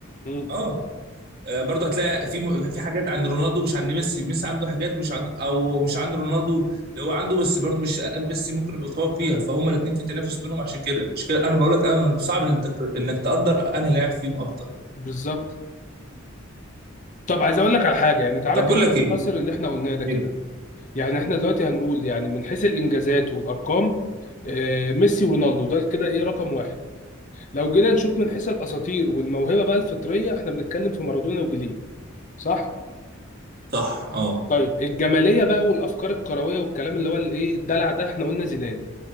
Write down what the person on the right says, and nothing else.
اه آه، برضه هتلاقي في م- في حاجات عند رونالدو مش عند ميسي ميسي عنده حاجات مش عند او مش عند رونالدو اللي هو عنده بس برضه مش آه، ميسي ممكن يبقى متفوق فيها فهم الاثنين في تنافس بينهم عشان كده عشان كده انا بقول لك انا صعب انك انك تقدر انهي لاعب فيهم افضل
طب
بقول لك
ايه
إيه؟
صح اه